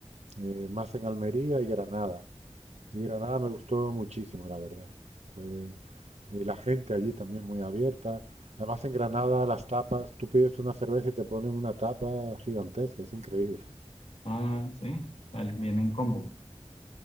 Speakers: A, on the right (about 80°); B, on the left (about 65°).
A: eh, más en Almería y Granada. Y Granada me gustó muchísimo, la verdad. Fue, y la gente allí también muy abierta. Además, en Granada las tapas, tú pides una cerveza y te ponen una tapa gigantesca, es increíble.
B: Ah, sí, sal- viene en combo.